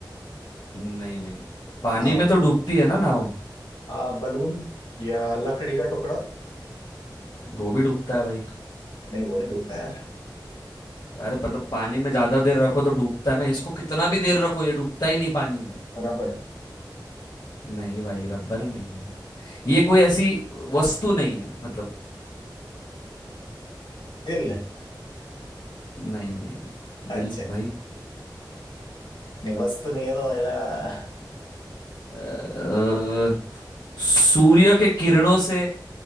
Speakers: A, on the left; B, on the left.
A: नहीं नहीं पानी
B: नाव
A: में तो डूबती है ना नाव
B: आ, बलून या लकड़ी का टुकड़ा
A: वो भी डूबता है भाई
B: नहीं वो नहीं डूबता यार
A: अरे मतलब पानी में ज्यादा देर रखो तो डूबता है ना इसको कितना भी देर रखो ये डूबता ही नहीं पानी में
B: रबर
A: नहीं भाई रबर नहीं ये कोई ऐसी वस्तु नहीं है मतलब
B: दिल
A: नहीं नहीं दिल
B: अच्छा नहीं
A: भाई
B: वस्तु नहीं है तो मतलब
A: अ, सूर्य के किरणों से